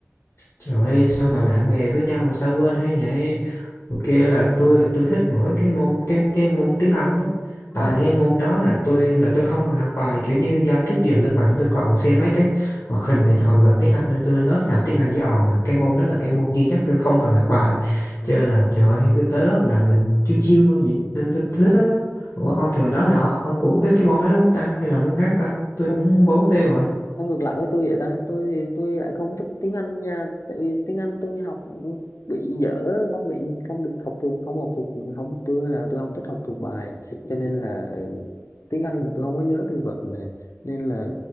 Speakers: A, on the left; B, on the left.
A: Trời ơi, sao mà bạn bè với nhau mà sao quên hay vậy? Ok là tôi là tôi thích mỗi cái môn cái cái môn tiếng Anh đó. Tại
B: à,
A: cái môn đó là tôi là tôi không cần học bài kiểu như do trước giờ lên mạng tôi còn xem mấy cái hoạt hình này nọ về bằng tiếng Anh nên tôi lên lớp thì học tiếng Anh với họ mà cái môn đó là cái
B: à,
A: môn duy nhất tôi không cần học bài
B: à.
A: cho nên là trời ơi cứ tới lớp là mình chiêu chiêu thôi vậy nên tôi,
B: Sao?
A: tôi thích đó. Ủa ông thì hồi đó là ông cũng thích cái môn đó đúng không ta? Hay là môn khác ta? Tôi
B: <clears throat>
A: cũng
B: <coughs>
A: quên mất tiêu rồi.
B: sao ngược lại với tôi vậy ta tôi tôi lại không thích tiếng Anh nha tại vì tiếng Anh tôi học bị dở không bị không được học thuộc không học thuộc không tôi là tôi không thích học thuộc bài cho nên là ừ, tiếng Anh là tôi không có nhớ từ vựng nè nên là